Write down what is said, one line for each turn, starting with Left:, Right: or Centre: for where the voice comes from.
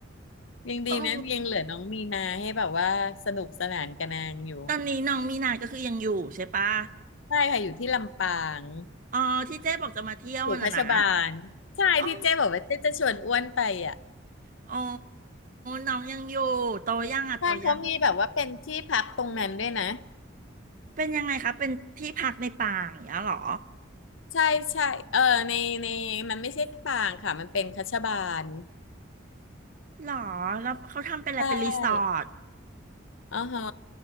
Left: ยังดีนะยังเหลือน้องมีนาให้แบบว่าสนุกสนานกับนางอยู่
Right: โอ้ตอนนี้น้องมีนาก็คือยังอยู่ใช่ปะ
Left: ใช่ค่ะอยู่ที่ลำปาง
Right: อ๋อที่เจ๊บอกจะมาเที่ยวน่ะนะ
Left: อยู่คัชบาลใช่ที่เจ๊บอกว่าเจ๊จะชวนอ้วนไปอ่ะ
Right: อ๋ออ๋อน้องยังอยู่โตยังอ่ะโตยัง
Left: ใช่เขามีแบบว่าเป็นที่พักตรงนั้นด้วยนะ
Right: เป็นยังไงคะเป็นที่พักในป่าอย่างเงี้ยเหรอ
Left: ใช่ใช่เออในในมันไม่ใช่ปางค่ะมันเป็นคัชบาล
Right: หรอแล้วเขาทำเป็นอะไรเป็นรีสอร์ท
Left: ใช่อ๋อฮะ